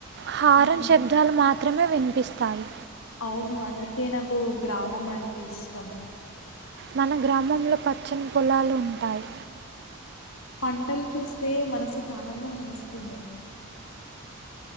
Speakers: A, on the right (about 50°); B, on the left (about 85°).
A: హారాన్
B: ఉమ్
A: శబ్దాలు మాత్రమే వినిపిస్తాయి
B: అవును అందుకే నాకు గ్రామం అంటే ఇష్టం
A: మన గ్రామంలో పచ్చని పొలాలు ఉంటాయి
B: పంటలు చూస్తే మనసుకు ఆనందం వస్తుంది